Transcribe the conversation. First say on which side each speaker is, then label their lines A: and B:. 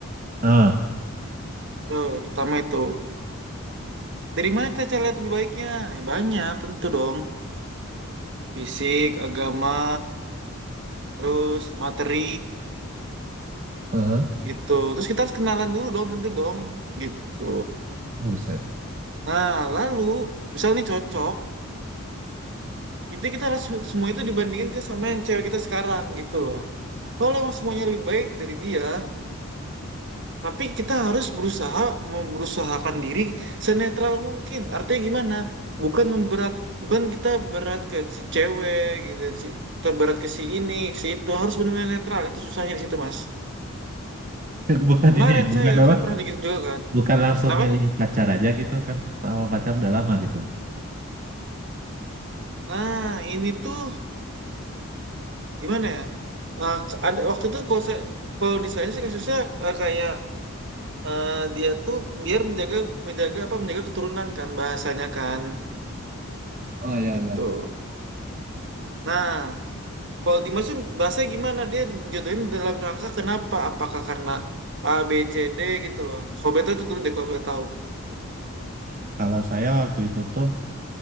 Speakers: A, on the right; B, on the right.
A: Ah,
B: Tuh, pertama itu. Dari mana kita cari lihat lebih baiknya? Eh, banyak tentu dong. Fisik, agama, terus materi,
A: aha.
B: gitu. Terus kita harus kenalan dulu dong, tentu dong, gitu.
A: Buset.
B: Nah, lalu misalnya nih cocok, intinya kita harus semua itu dibandingin ke sama yang cewek kita sekarang, gitu loh. Kalau emang semuanya lebih baik dari dia, Tapi kita harus berusaha memberusahakan diri senetral mungkin. Artinya gimana? Bukan memberat, bukan kita berat ke si cewek gitu sih. Kita berat ke si ini, si itu harus benar-benar netral. Itu susahnya di situ, Mas.
A: <laughs> Bukan
B: Kemarin
A: ini, ya,
B: saya
A: bukan apa?
B: saya pernah digitu juga kan.
A: Bukan langsung
B: Kenapa?
A: milih pacar aja gitu kan, sama pacar udah lama gitu.
B: Nah, ini tuh gimana ya? Eh, ada waktu itu kalau saya kalau di saya sih kasusnya eh, kayak eh, dia tuh biar menjaga menjaga apa menjaga keturunan kan bahasanya kan
A: Oh ya
B: itu.
A: ya.
B: Nah, Kalau Dimas tuh bahasanya gimana? Dia jatuhin dalam rangka kenapa? Apakah karena A, B, C, D gitu loh. Kalau Beto itu dulu deh kalau boleh tahu.
A: Kalau saya waktu itu tuh